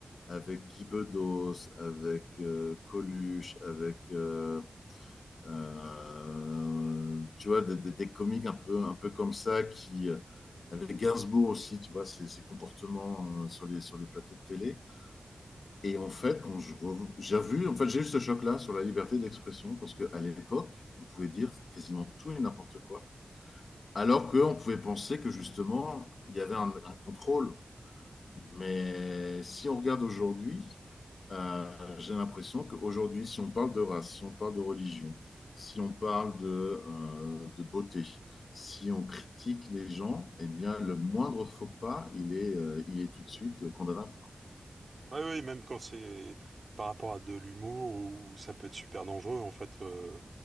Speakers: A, on the left; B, on the right.
A: avec Guy Bedos, avec euh, Coluche, avec, euh, euh, tu vois, des, des, des comiques un peu, un peu comme ça qui. euh, Avec Gainsbourg aussi, tu vois, ses, ses comportements euh, sur les, sur les plateaux de télé. Et en fait, quand je rev- j'ai vu, en fait, j'ai eu ce choc-là sur la liberté d'expression parce qu'à l'époque, on pouvait dire quasiment tout et n'importe quoi, alors qu'on pouvait penser que justement, il y avait un, un contrôle. Mais si on regarde aujourd'hui, euh, j'ai l'impression qu'aujourd'hui, si on parle de race, si on parle de religion, si on parle de, euh, de beauté, si on critique les gens, eh bien, le moindre faux pas, il est, euh, il est tout de suite condamnable.
B: Oui, oui, même quand c'est par rapport à de l'humour où ça peut être super dangereux, en fait, euh,